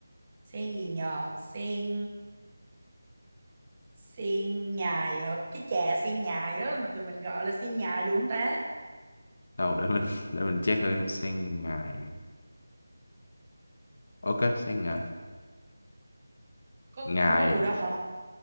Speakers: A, on the right (about 30°); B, on the left (about 50°).
A: sen gì nhờ? Sen sen nhài hả? Cái trà sen nhài á mà tụi mình gọi là sen nhài đúng không ta?
B: đâu để mình để mình check thôi sen ngài ok sen ngài
A: Có
B: ngài
A: không có từ đó hả?